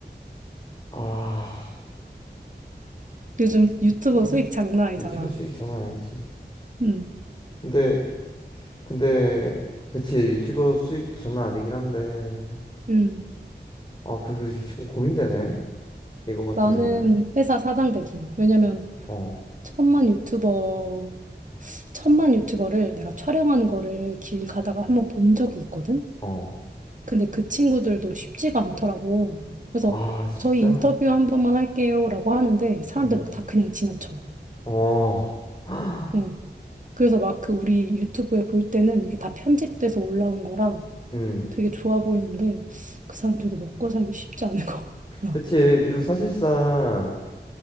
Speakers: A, on the left (about 25°); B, on the right (about 45°).
A: 아,
B: 요즘 유튜버
A: 그래서
B: 수익 장난 아니잖아.
A: 유튜버 수익 장난 아니지.
B: 음,
A: 근데, 근데, 그치, 유튜버 수익 장난 아니긴 한데,
B: 음.
A: 아, 그, 그, 지금 고민되네. 이거 같은
B: 나는
A: 경우에는
B: 회사 사장 되기. 왜냐면
A: 어,
B: 천만 유튜버, 천만 유튜버를 내가 촬영하는 거를 길 가다가 한번 본 적이 있거든?
A: 어.
B: 근데 그 친구들도 쉽지가 않더라고. 그래서
A: 아, 진짜?
B: 저희 인터뷰 한 번만 할게요라고 하는데 사람들
A: 어.
B: 막 다 그냥 지나쳐.
A: 어. <gasps>
B: 응. 그래서 막 그 우리 유튜브에 볼 때는 이게 다 편집돼서 올라온 거라
A: 음.
B: 되게 좋아 보이는데 그 사람들도 먹고 살기 쉽지 않을 것 같아.
A: 그치. 그리고 사실상